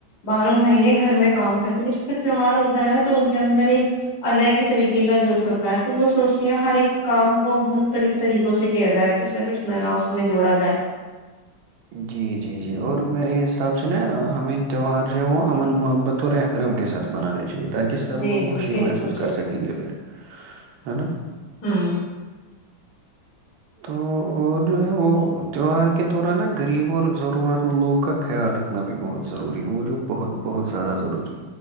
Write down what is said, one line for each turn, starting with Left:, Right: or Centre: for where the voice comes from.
Left: باروں مہینے گھر میں کام کرتے ہیں تیوار ہوتا ہے نا تو ان کے اندر ایک الگ ہی طریقے کا جوش ہوتا ہے پھر وہ سوچتی ہیں ہر ایک کام کو مختلف طریقوں سے کیا جائے کچھ نہ کچھ نیا اس میں جوڑا جائے
Right: جی جی جی اور میرے حساب سے نا ہمیں تہوہار جو ہے وہ امن محبت اور احترام کے ساتھ منانے چاہیے تھے تاکہ سب
Left: جی
Right: لوگ
Left: جی
Right: خوشی
Left: بالکل
Right: محسوس
Left: بالکل
Right: کر سکیں گے پھر ہے نا
Left: ہوں
Right: تو اور جو ہے وہ تیوار کے دوران غریب اور ضرورت مند لوگوں کا خیال رکھنا بھی بہت ضروری ہے وہ جوو بہت بہت زیادہ ضروری